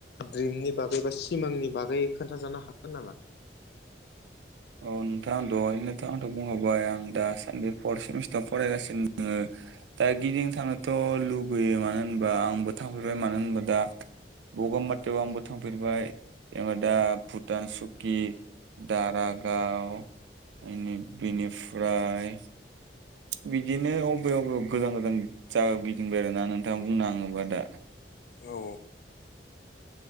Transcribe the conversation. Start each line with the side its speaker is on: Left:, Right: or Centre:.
Left: ड्रिमनि बागै बा सिमांनि बागै खोन्थाजानो हागोन नामा?
Right: औ नोंथां आं दहायनोथ' आथ' बुंखाबाय आं दा सानदे फर्थ सेमिस्टाराव फरायगासिनो दङो। दा गिदिं थांनोथ' लुबैयो मानो होनबा आंबो थांफैबाय मानो होनब्ला दा बगामातियाव आंबो थांफेरबाय ओमफाय दा भुटान सुकि दारागाव इनि बेनिफ्राय बिदिनो अबे बबे गोजान गोजान जागायाव गिदिंबाय आरोना नोंथां बुंनो थाङोबा दा।
Left: औ।